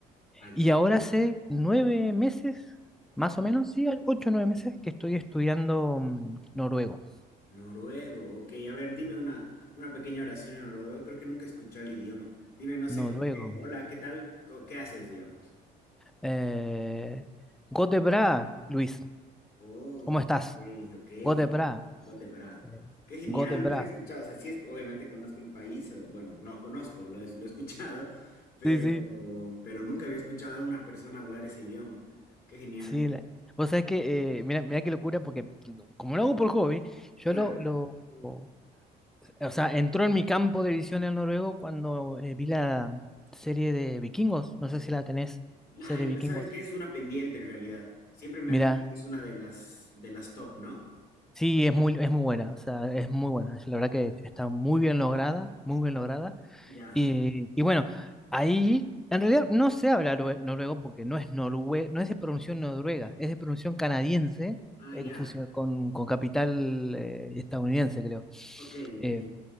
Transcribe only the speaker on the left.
Allá,
noruego, ok, a ver, dime una, una pequeña oración en noruego, creo que nunca he escuchado el idioma. Dime, no sé,
como que, hola, ¿qué tal? Co- ¿Qué haces, digamos?
Oh,
ok, ok.
Got the Bra.
Qué genial,
nunca había escuchado. O sea, sí, es, obviamente conozco el país, o, bueno, no conozco, lo, he- lo he escuchado, <laughs> pero,
pero nunca había escuchado a una persona hablar ese idioma. Qué genial.
Claro.
Ay, la-
¿sabes qué? Es una pendiente en realidad. Siempre me
han dicho que es una de las, de las top, ¿no?
Ya.
Ah,
ya.
Ok, ok.